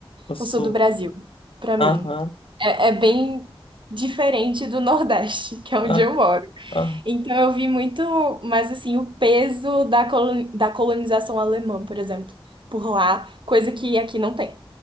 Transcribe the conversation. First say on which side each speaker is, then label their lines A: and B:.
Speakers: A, on the left; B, on the right.
A: O Sul.
B: o sul do Brasil, pra
A: Aham,
B: mim, é, é bem diferente do Nordeste, <laughs> que é onde
A: ah,
B: eu moro.
A: ah.
B: Então eu vi muito, mas assim, o peso da, colo- da colonização alemã, por exemplo, por lá, coisa que aqui não tem.